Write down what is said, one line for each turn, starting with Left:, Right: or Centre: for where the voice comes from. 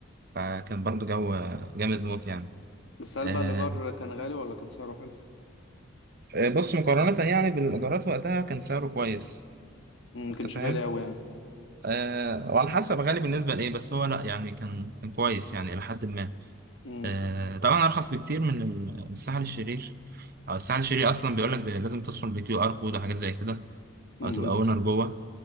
Right: فكان برضو جو جامد موت يعني
Left: بس هل
Right: آه
Left: بقى الإيجار كان غالي ولا كان سعره حلو
Right: آه، بص مقارنة يعني بالإيجارات وقتها كان سعره كويس
Left: امم
Right: أنت
Left: كانش
Right: فاهم؟
Left: غالي أوي يعني
Right: آه وعلى حسب غالي بالنسبة لإيه بس هو لأ يعني كان كان كويس يعني إلى حد ما
Left: امم
Right: آه طبعا أرخص بكتير من ال- من الساحل الشرير أو الساحل الشرير أصلا بيقول لك لازم تدخل بكيو آر كود وحاجات زي كده
Left: امم
Right: أو تبقى اونر جوه